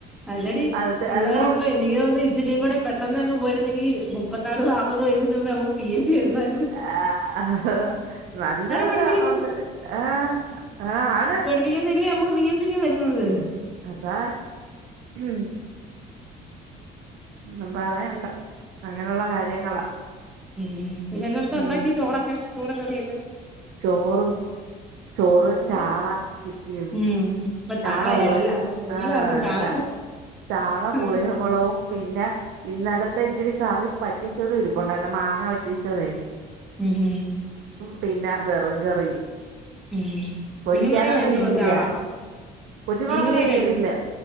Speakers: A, in the centre; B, on the right (about 85°).
A: അല്ലടി
B: അത്
A: പിള്ളരി
B: അതാ
A: ഇപ്പൊ എനിക്ക് തോന്ന ഇുരി കൂടെ പെട്ടെന്ന് അങ്ങ് ഇച്ചിരി കൂടെ പെട്ടന്ന് പോയിരുന്നെങ്ക മുപ്പതാർ നാപ്പത് വയസ്സിന് മുമ്പേ നമുക്ക് പി എസ് സി എഴുതർന്നു
B: ആ് നല്ലപോലെ
A: പഠിപ്പിക്കുന്ന
B: ഉണ്ട് ആഹ ആ ആണ്
A: ീന്നല്ലേ നമുക്ക് പീ എ സി ക്കും വരുന്നത്
B: അതാ ഉ ഒും പറയണ്ട അങ്ങനെയുള്ള കാര്യങ്ങളാ
A: ഉം പിന്നെഎന്താ
B: ഉം
A: ഉണ്ടാക്കി ചോറും കറിയൊക്കെ
B: ചോറ് ചോറ്
A: ചോറും
B: ചാള കിട്ടിയത്
A: ഉം ഇപ്പൊ
B: ചാള
A: ചാളയല്ല
B: പൂള്
A: എല്ലാസം
B: ആഹ്ച്ച
A: ചാള
B: ചാളപുളിയും
A: ഉം
B: മുളവും പിന്നെ ഇന്നലത്തെ ഇച്ചിരി കറി പറ്റിച്ചത്ും ഇരിപ്പ ഉണ്ടായിുന്ന മാങ്ങ പറ്റിച്ചതേ
A: ഉം ഹ
B: പിന്നെ വെറും കറി
A: ഉം
B: പൊരിക്കാനൊന്നും
A: കുഞ്ഞുങ്ങളൊക്കെ കഴിച്ചോളൂ
B: ഇല്ല
A: ചാള
B: കൊച്ചുങ്ങളൊന്നും
A: മീൻകറിയൊക്കെ
B: ന്നും കഴിക്കത്തില്ല
A: കഴി